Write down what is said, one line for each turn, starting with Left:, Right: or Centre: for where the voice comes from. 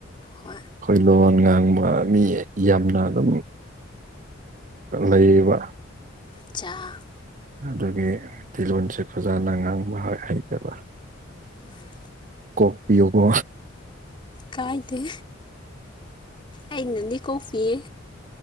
Left: ꯍꯣꯏ
Right: ꯑꯩꯈꯣꯏ ꯂꯣꯟ ꯉꯥꯡꯕ ꯃꯤ ꯌꯥꯝꯅ ꯑꯗꯨꯝ ꯂꯩꯔꯤꯕꯕ
Left: ꯆꯥ
Right: ꯑꯗꯨꯒꯤ ꯇꯤꯂꯣꯟꯁꯦ ꯐꯖꯅ ꯉꯥꯡꯕ ꯍꯩꯇꯕ
Left: ꯎꯝ
Right: ꯀꯣꯛꯄꯤꯌꯨꯕꯣ
Left: ꯀꯥꯏꯗꯦ ꯑꯩꯅꯗꯤ ꯀꯣꯄꯤꯌꯦ